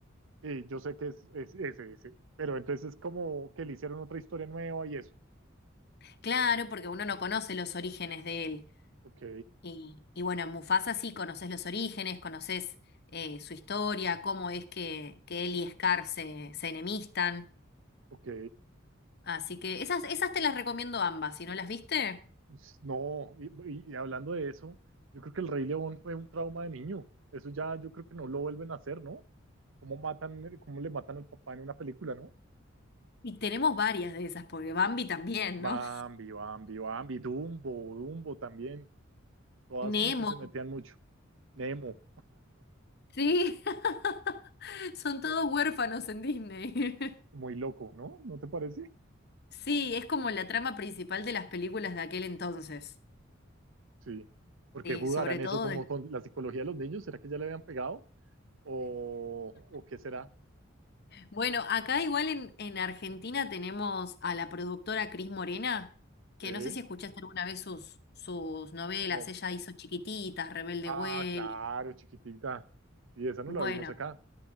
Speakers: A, on the right (about 70°); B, on the left (about 55°).
A: Sí, yo sé que es, es ese, ese. Pero entonces es como que le hicieron otra historia nueva y eso.
B: Claro, porque uno no conoce los orígenes de él.
A: Ok,
B: Y, y bueno, en Mufasa sí conoces los orígenes, conoces eh, su historia, cómo es que, que él y Scar se, se enemistan.
A: ok.
B: Así que esas, esas te las recomiendo ambas, si no las viste.
A: Pues, No, y, y- y hablando de eso, yo creo que el Rey León fue un trauma de niño. Eso ya yo creo que no lo vuelven a hacer, ¿no? ¿Cómo matan, cómo le matan al papá en una película, ¿no?
B: Y tenemos varias de esas, porque Bambi también,
A: Bambi,
B: ¿no?
A: Bambi, Bambi, Dumbo, Dumbo también. Todas
B: Nemo.
A: como que se metían mucho. Nemo,
B: Sí, <laughs> son todos huérfanos en Disney. <laughs>
A: muy loco, ¿no? ¿No te parece?
B: Sí, es como la trama principal de las películas de aquel entonces.
A: Sí. ¿Por
B: Sí,
A: qué jugarán
B: sobre todo
A: eso como
B: de
A: con la psicología de los niños? ¿Será que ya le habían pegado? ¿O, o qué será?
B: Bueno, acá igual en, en Argentina tenemos a la productora Cris Morena, que
A: ¿Eh?
B: no sé si escuchaste alguna vez sus, sus novelas,
A: No.
B: ella hizo Chiquititas, Rebelde
A: Ah,
B: Way,
A: claro, chiquitita. Y esa no
B: bueno,
A: la vimos acá.